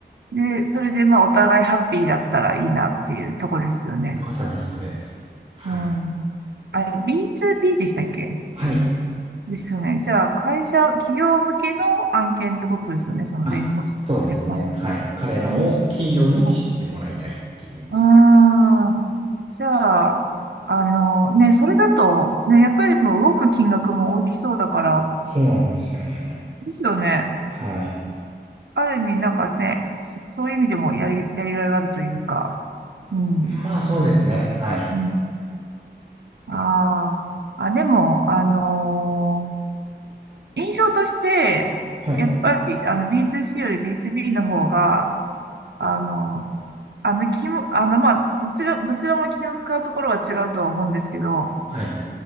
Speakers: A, on the right (about 75°); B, on the right (about 35°).
A: い。で、それでまあお互いハッピーだったらいいなっていうとこですよね。
B: まさにそうです。はい。
A: うん。あれ、B2B でしたっけ
B: はい。
A: ですよね。じゃあ、会社、企業向けの案件ってことですよね。その弁護士ってこ
B: あ、そうですね。はい。彼らを企業に知ってもらいたいっていう。
A: う。うんあうーんじゃあ、あの、ね、それだと、ね、やっぱりもう動く金額も大きそうだから、
B: そうなんですよね。
A: ですよね。
B: はい。
A: ある意味、なんかね、そ、そういう意味でもやり、やりがいがあるというか。うん。
B: まあ、そうですね。はい。
A: うん、ああ、あ、でも、あのー印象として、
B: はい。
A: やっぱり、あの、B2C より B2B の方が、あのあの、気も、あの、まあ、どちら、どちらも気の使うところは違うとは思うんですけど、
B: はい